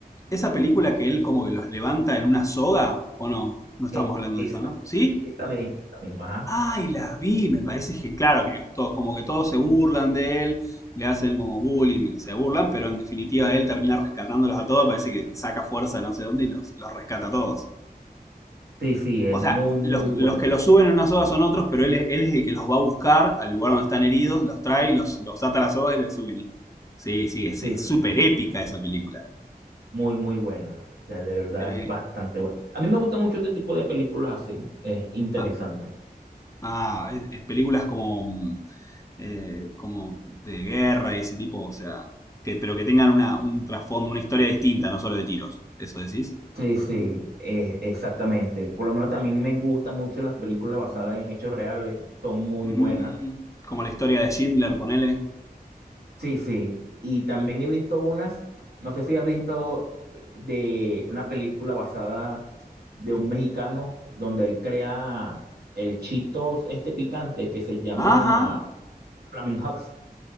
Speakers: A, on the left; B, on the right.
A: esa película que él como que los levanta en una soga? ¿O no? No estamos
B: Eh,
A: hablando
B: esa,
A: de esa, ¿no? ¿Sí?
B: esa misma, esa misma, ajá.
A: ay, la vi, me parece que, claro, que todos, como que todos se burlan de él, le hacen como bullying, se burlan, pero en definitiva él termina rescatándolos a todos, parece que saca fuerza de no sé dónde y los, los rescata a todos.
B: Sí, sí, es
A: O sea,
B: muy, muy
A: los, los
B: buena.
A: que los suben en una soga son otros, pero él, es- él es el que los va a buscar al lugar donde están heridos, los trae, los, los ata a la soga y les suben. y- Sí, sí, es
B: Sí,
A: es
B: sí,
A: súper épica esa película.
B: muy, muy buena. O sea, de verdad
A: Sí.
B: es bastante buena. A mí me gusta mucho este tipo de películas así, es interesante.
A: Ah, ah, es- es películas como mm, eh, como de guerra y ese tipo, o sea, que, pero que tengan una, un trasfondo, una historia distinta, no solo de tiros. ¿Eso decís?
B: Sí, sí, eh, exactamente. Por lo menos también me gustan mucho las películas basadas en hechos reales, son muy
A: Mm,
B: buenas.
A: como la historia de Schindler, ponele.
B: Sí, sí. Y también he visto unas, no sé si has visto de una película basada de un mexicano donde él crea el Cheetos este picante que se llama
A: Ajá.
B: Flaming Hot.